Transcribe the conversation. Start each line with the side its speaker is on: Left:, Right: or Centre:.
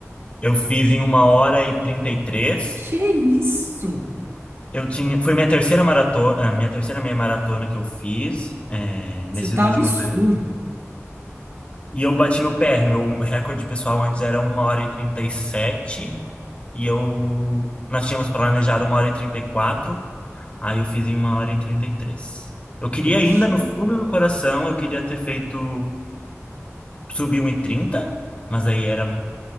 Left: Eu fiz em uma hora e trinta e três
Right: Que isso?
Left: Eu tinha, foi minha terceira maratona, a minha terceira meia maratona que eu fiz, é, nesses
Right: Você tá
Left: últimos
Right: absurdo.
Left: dois. E eu bati meu PR, meu recorde pessoal antes era uma hora e trinta E sete e eu, nós tínhamos planejado uma hora e trinta e quatro aí eu fiz em uma hora e trinta e três Eu queria
Right: Poxa.
Left: ainda, no fundo do coração, eu queria ter feito, subir um e trinta mas aí era